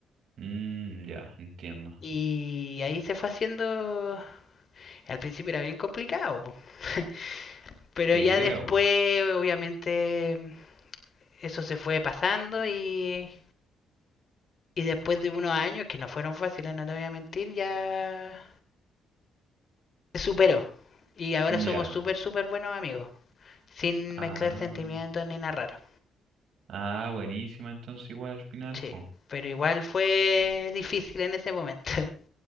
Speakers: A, on the right (about 65°); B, on the left (about 45°).
A: Mm, ya, entiendo.
B: Y ahí se fue haciendo, al principio era bien complicado, po. <laughs> pero
A: Sí, Te
B: ya
A: creo,
B: después,
A: po.
B: obviamente, eso se fue pasando y, y después de unos años, que no fueron fáciles, no te voy a mentir, ya se superó. Y ahora
A: Ya.
B: somos súper, súper buenos amigos, sin
A: Ah,
B: mezclar sentimientos ni narrar.
A: ah, buenísima entonces igual al final,
B: Sí,
A: po.
B: pero igual fue difícil en ese momento. <laughs>